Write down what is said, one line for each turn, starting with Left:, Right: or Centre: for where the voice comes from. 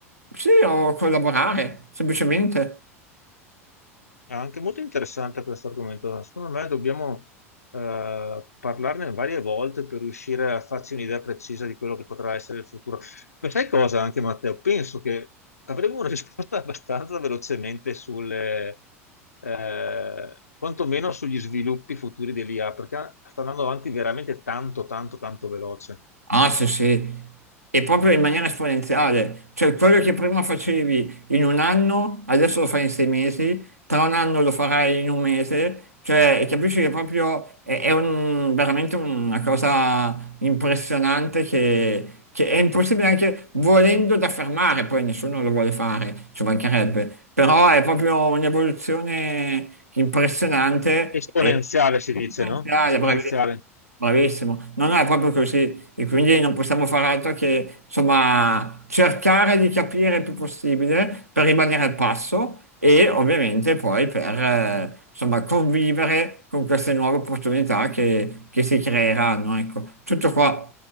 Right: sì, o collaborare, semplicemente.
Left: È anche molto interessante questo argomento. Secondo me dobbiamo eh, parlarne varie volte per riuscire a farci un'idea precisa di quello che potrà essere il futuro. Ma sai cosa anche Matteo? Penso che avremo una risposta <laughs> abbastanza velocemente sulle, eh, quantomeno sugli sviluppi futuri dell'IA, perché sta andando avanti veramente tanto, tanto, tanto veloce.
Right: Ah, sì, sì, e proprio in maniera esponenziale, cioè quello che prima facevi in un anno, adesso lo fai in sei mesi, tra un anno lo farai in un mese, cioè capisci che proprio è, è un- veramente una cosa impressionante che, che è impossibile anche volendo da fermare, poi nessuno lo vuole fare, ci mancherebbe, però è proprio un'evoluzione impressionante
Left: Esponenziale
Right: e
Left: si
Right: esponenziale,
Left: dice, no? Esponenziale.
Right: bravissimo. Bravissimo, non è proprio così e quindi non possiamo fare altro che insomma cercare di capire il più possibile per rimanere al passo e ovviamente poi per eh, insomma convivere con queste nuove opportunità che, che si creeranno, ecco, tutto qua.